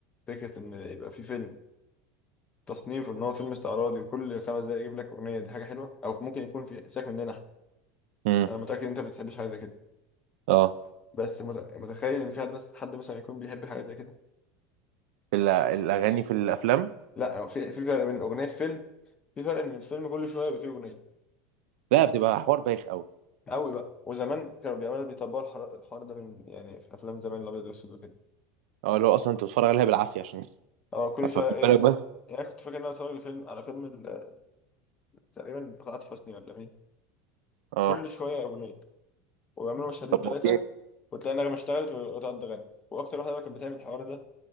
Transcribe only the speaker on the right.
امم
اه
في ال- الاغاني في الافلام
لا بتبقى حوار بايخ قوي
اه اللي هو اصلا انت بتتفرج عليها بالعافيه عشان
ففي
<laughs>
بالك بس
اه
طب
اوكي